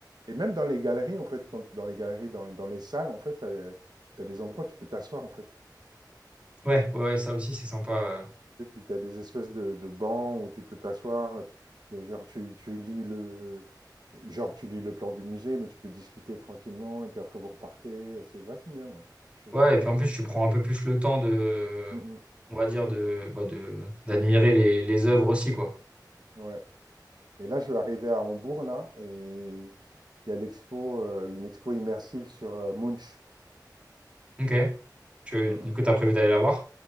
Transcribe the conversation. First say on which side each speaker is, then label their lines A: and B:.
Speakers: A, on the right (about 65°); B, on the right (about 15°).
A: Et même dans les galeries, en fait, quand, dans les galeries, dans, dans les salles, en fait, t'as, t'as des endroits où tu peux t'asseoir, en fait.
B: Ouais, ouais, ouais, ça aussi, c'est sympa. euh.
A: Tu sais, tu- t'as des espèces de, de bancs où tu peux t'asseoir. tu- euh, Genre, tu, tu lis le, genre, tu lis le plan du musée, mais tu peux discuter tranquillement. Et puis après, vous repartez. C'est vachement bien, moi. Je,
B: Ouais, et
A: je-
B: puis
A: je-
B: en plus, tu prends un peu plus le temps de,
A: Mm, mm.
B: on va dire, de, bah, de, d'admirer les, les œuvres aussi, quoi.
A: Ouais. Et là, je vais arriver à Hambourg, là, et il y a l'expo, euh, une expo immersive sur euh, Munch.
B: Ok. Tu,
A: Mhm.
B: du coup, t'as prévu d'aller la voir?